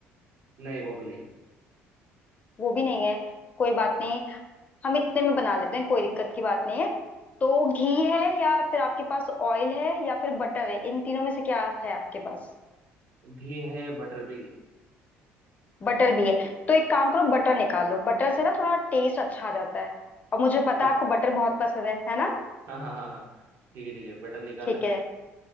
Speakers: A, on the right; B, on the left.
A: नहीं वो भी नहीं है
B: वो भी नहीं है कोई बात नहीं हम इतने में बना लेते हैं कोई दिक्कत की बात नहीं है तो घी है या फिर आपके पास ऑयल है या फिर बटर है इन तीनों में से क्या है आपके पास
A: घी है बटर भी है
B: बटर भी है तो एक काम करो बटर निकाल लो बटर से ना थोड़ा टेस्ट अच्छा आ जाता है और मुझे पता
A: ठीक
B: है आपको बटर बहुत पसंद है है ना
A: हाँ हाँ हाँ हाँ, ठीक है ठीक है बटर निकाला
B: ठीक है